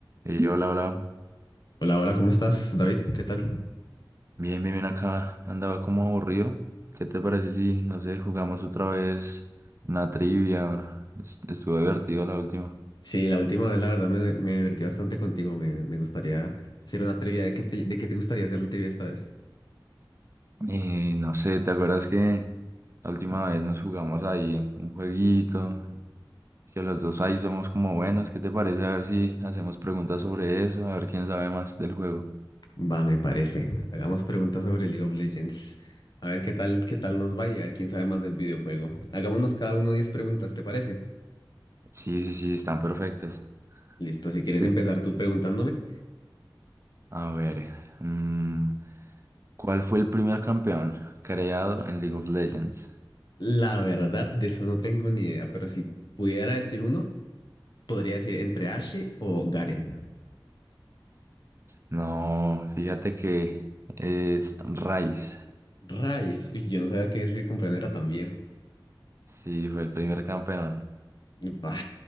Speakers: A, on the right (about 35°); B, on the left (about 55°).
A: Y yo, hola, hola.
B: Hola, hola, ¿cómo estás, David? ¿Qué tal?
A: Bien, bien, bien acá. Andaba como aburrido. ¿Qué te parece si, no sé, jugamos otra vez una trivia? Es- Estuvo divertido la última.
B: Sí, la última vez, la verdad, me, me divertí bastante contigo. Me, me gustaría hacer una trivia. ¿De qué te, de qué te gustaría hacer la trivia esta vez?
A: Y no sé, ¿te acuerdas que la última vez nos jugamos ahí un jueguito? Que los dos ahí somos como buenos. ¿Qué te parece? A ver si hacemos preguntas sobre eso, a ver quién sabe más del juego.
B: Va, me parece. Hagamos preguntas sobre League of Legends. A ver qué tal, qué tal nos va y a ver quién sabe más del videojuego. Hagámonos cada uno 10 preguntas, ¿te parece?
A: Sí, sí, sí, están perfectas.
B: Listo, si quieres
A: Sí.
B: empezar tú preguntándome.
A: A ver, mm, ¿cuál fue el primer campeón creado en League of Legends?
B: La verdad, de eso no tengo ni idea, pero si pudiera decir uno, podría decir entre Ashe o Garen.
A: No, fíjate que es Rice.
B: Rice, uy, yo no sabía que ese compañero era tan viejo.
A: Sí, fue el primer campeón.
B: Bah,